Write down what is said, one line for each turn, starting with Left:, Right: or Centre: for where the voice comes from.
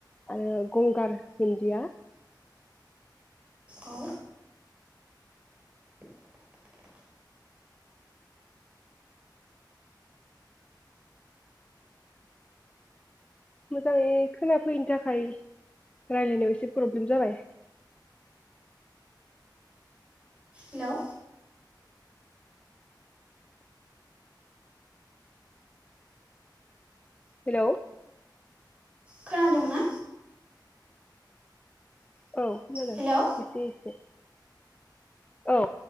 Left: आरो गंगार दुन्दिया
Right: औ
Left: मोजाङै खोनाफैयैनि थाखाय रायलायनायाव एसे प्रब्लेम जाबाय
Right: हेलौ
Left: हेलौ
Right: खोनादोंना
Left: औ खोनादों
Right: हेलौ
Left: एसे एसे औ